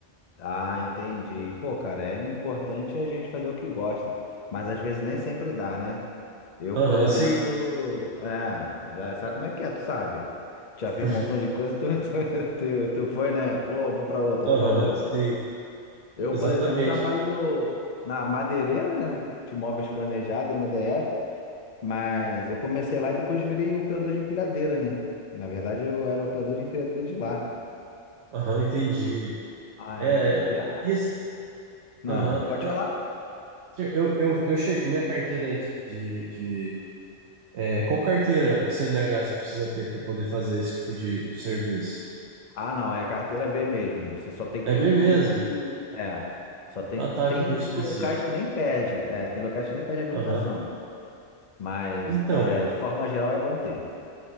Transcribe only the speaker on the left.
ah, entendi. Pô, cara, é importante a gente fazer o que gosta, mas às vezes nem sempre dá, né? Eu,
por exemplo,
é, já sabe como é que é, tu sabe? Já
fiz um montão de coisa, tu, <laughs> tu, tu, tu foi, né? Pô, vou pra outra,
vou pra outra.
Eu,
por exemplo, trabalho na madeireira, né? De móveis planejados, MDF. Mas eu comecei lá e depois virei operador de empilhadeira, né? Na verdade, eu era operador de empilhadeira de lá.
Aí
eu falei, ah,
Ah,
pode
falar?
ah, não, é carteira B mesmo. Você só tem que
ter
o curso
de. É. Só tem,
tem,
tem
locais que nem perde. É, tem locais que nem perde habilitação.
Mas,
é, de forma geral, é bom ter.